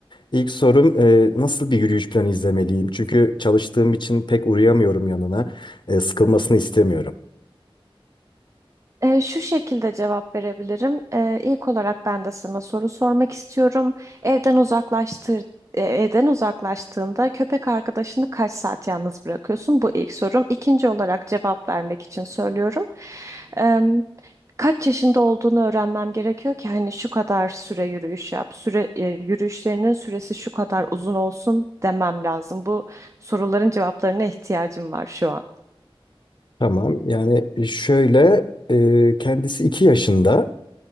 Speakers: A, on the left; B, on the right.
A: İlk sorum e, nasıl bir yürüyüş planı izlemeliyim? Çünkü çalıştığım için pek uğrayamıyorum yanına. E, sıkılmasını istemiyorum.
B: Ee, şu şekilde cevap verebilirim. Ee, ilk olarak ben de sana soru sormak istiyorum. Evden uzaklaştır, e, evden uzaklaştığında köpek arkadaşını kaç saat yalnız bırakıyorsun? Bu ilk sorum. İkinci olarak cevap vermek için söylüyorum. Ee, kaç yaşında olduğunu öğrenmem gerekiyor ki hani şu kadar süre yürüyüş yap, süre e, yürüyüşlerinin süresi şu kadar uzun olsun demem lazım. Bu soruların cevaplarına ihtiyacım var şu an.
A: Tamam. Yani e, şöyle e, kendisi iki yaşında.